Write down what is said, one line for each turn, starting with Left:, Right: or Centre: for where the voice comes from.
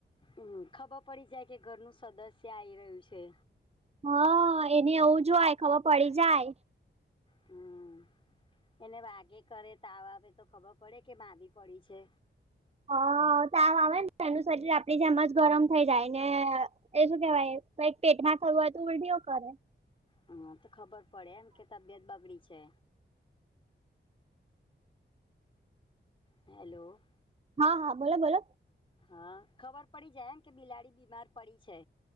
Left: હમ ખબર પડી જાય કે ઘરનું સદસ્ય આઈ રહ્યું છે.
Right: હા એને એવું જો હોય ખબર પડી જાય.
Left: હમ, એને વાગે કરે તાવ આવે તો ખબર પડે કે બાંધી પડી છે?
Right: હ તો આ આવે ને એનુંસરીર આપડી જેમ જ ગરમ થઇ જાય ને એ શું કેવાય પેટમાં થવું હોય તો ઉલઢ કરે.
Left: હા તો ખબર પડે એમ કે તબિયત બગડી છે. હેલો.
Right: હા હા બોલો બોલો.
Left: હા ખબર પડી જાય એમ કે બિલાડી બીમાર પડી છે.